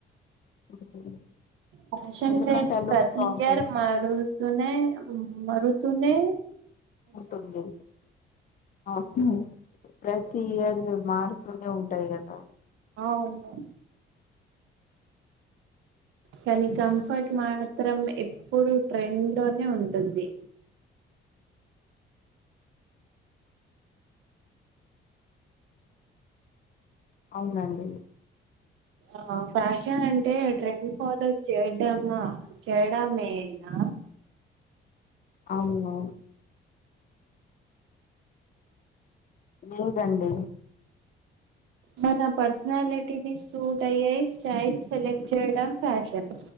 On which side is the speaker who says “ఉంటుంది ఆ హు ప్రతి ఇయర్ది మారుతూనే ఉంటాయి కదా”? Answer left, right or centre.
Left